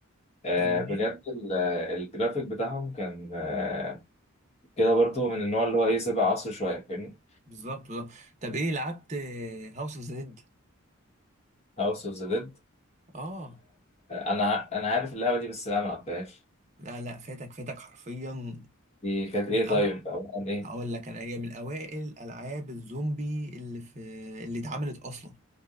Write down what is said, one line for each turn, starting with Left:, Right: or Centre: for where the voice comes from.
Left: آه،
Right: فاهمني؟
Left: بجد ال- آه، الجرافيك بتاعهم كان آه، كده برضو من النوع اللي هو ايه سابق عصر شويه فاهمني
Right: بالظبط بالظبط طب إيه لعبت هاوس اوف زد؟
Left: هاوس اوف ذا ديد
Right: اه
Left: انا ع- انا عارف اللعبه دي بس انا ما لعبتهاش
Right: لا لا فاتك فاتك حرفيا
Left: دي كانت ايه طيب
Right: أو
Left: او عن ايه
Right: هقول لك انا هي من اوائل العاب الزومبي اللي في اللي اتعملت اصلا